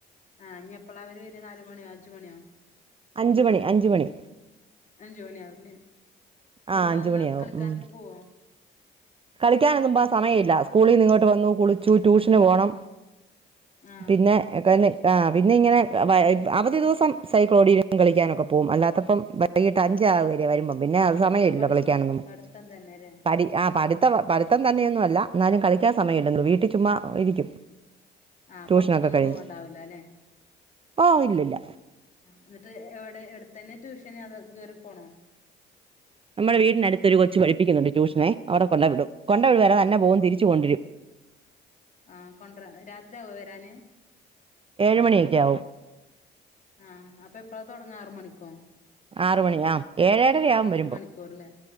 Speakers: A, on the left; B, on the right.
A: ആഹ ഇനി എപ്പള അവര് വര നാല് മണിയോ അഞ്ച് മണിയോ?
B: അഞ്ച് മണി അഞ്ച് മണി
A: അഞ്ച് മണിയാവുംല്ലേ സ്കൂളിട്ട്
B: ആ അഞ്ച്
A: വന്നാ
B: മണിയാവും
A: കളിക്കാനൊക്കെ
B: ഉം
A: പോവോ
B: കളിക്കാനൊന്നുമ്പാ സമയമല്ല സ്കൂളിൽ നിങ്ങോട്ട് വന്നു കുളിച്ചു ട്യൂഷന് പോകണം
A: ആഹ്
B: പിന്നെ <unintelligible> ആ പിന്ന ഇങ്ങനെ അവധിദിവസം സൈക്കിൾ ഓടിക്കാനും കളിക്കാനും ഒക്കെ പോകും അല്ലാത്തപ്പം വൈകിട്ട് അഞ്ച് വരുമ്പോ പിന്നെ അത് സമയമല്ലോ
A: ഫുള്ള് പഠിക്കാൻ
B: കളിക്കാനൊന്ന
A: പഠിത്തം തന്നെല്ലേ
B: പ ആ പഠി പഠിത്തം തന്നെയൊന്നും അല്ല എന്നാലും കളിക്കാൻ സമയമല്ലോ വീട്ടിൽ ചുമ്മാ ഇരിക്കും.
A: ആഹ
B: ട്യൂഷനൊക്കെ
A: പുറത്തക്കൊന്നും
B: കഴിഞ്ഞ്
A: പോവണ്ടാവൂല അല്ലെ
B: ഓ ഇല്ലില്ല
A: എന്നിട്ട് എവിടെ എവിടത്തന്നെ ട്യൂഷന് അത ദൂരെ പോണോ
B: നമ്മുടെ വീടിനടുത്തൊ കൊച്ച് പഠിപ്പിക്കുന്നുണ്ട് ട്യൂഷനെവിടെ കൊണ്ട വിട കൊണ്ട
A: ആഹ്
B: വിടും വല്ല തന്നെ പോകും തിരി കൊണ്ടിരും
A: ആഹ കൊണ്ട രാത്രിയാക വരാന്
B: ഏഴ് മണിയൊക്കെ ആവും
A: ആഹ അപ്പൊ എപ്പഴാ തുടങ്ങ ആറ് മണിക്കൊ
B: ആറ മണി ആ ഏഴേഴരയാകൻ വരുമ്പോ
A: ഒരു മണിക്കൂറല്ലേ